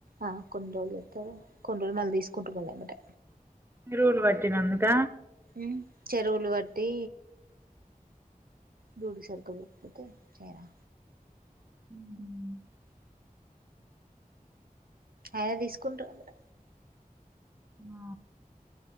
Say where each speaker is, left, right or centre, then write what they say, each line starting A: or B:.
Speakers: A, on the right; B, on the right.
A: ఆ కొన్ని రోజులు చేతరు కొన్ని రోజులు మళ్ళీ తీసుకుంటు వాళ అముట
B: ఎరువులు పట్టినందుక
A: ఊ చెరువులు వట్టి వీడు సరిగా పొకపోతే చేరా
B: ఊహు
A: ఆయన తీసుకుంటమిడ
B: ఆ